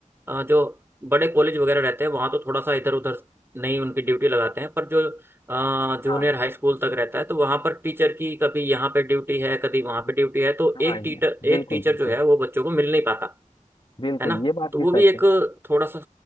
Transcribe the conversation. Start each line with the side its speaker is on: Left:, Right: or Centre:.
Right: अ, जो बड़े कॉलेज वगैरह रहते हैं वहाँ तो थोड़ा सा इधर उधर नहीं उनकी ड्यूटी लगाते हैं पर जो जूनियर
Left: हाँ
Right: हाई स्कूल तक रहता है तो वहाँ पर टीचर की कभी यहाँ पे ड्यूटी है कभी वहाँ
Left: हम्म,
Right: पे ड्यूटी है तो
Left: हाँ
Right: एक टीचर
Left: ये
Right: एक
Left: बिल्कुल
Right: टीचर
Left: बिल्कुल
Right: जो है वो बच्चों को मिल नहीं पाता
Left: बिल्कुल
Right: है ना
Left: ये बात
Right: तो
Left: भी
Right: वो भी
Left: सच
Right: एक
Left: है
Right: थोड़ा सा